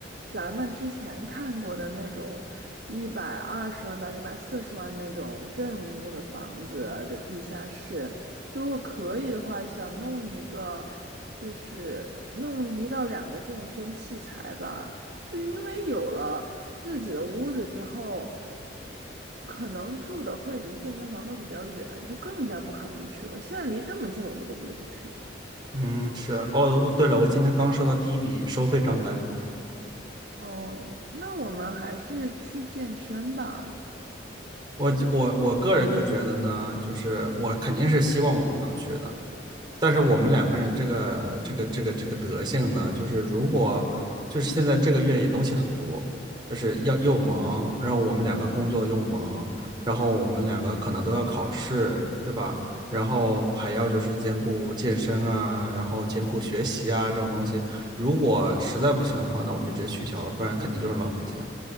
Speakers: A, on the right; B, on the right.
A: 咱们之前看过的那种一百二十万到一百四十万那种正屋的房子的地下室，如果可以的话，想弄一个，就是弄一到两个健身器材吧，就是因为有了。自己的屋子之后，可能住的会离健身房都比较远，就更加不可能去了。现在离这么近，我们都不怎么去。
B: 嗯，是哦。对了，我今天刚收到第一笔收费账单，
A: 哦，那我们还是去健身吧。
B: 我就我我个人就觉得呢，就是我肯定是希望我们能去的，但是我们两个人这个这个这个这个德性呢，就是如果就是现在这个月也东西很多，就是要又忙，然后我们两个工作又忙，然后我们两个可能都要考试，对吧？然后还要就是兼顾健身啊，然后兼顾学习啊这种东西。如果实在不行的话，那我就直接取消了，不然肯定就是浪费钱。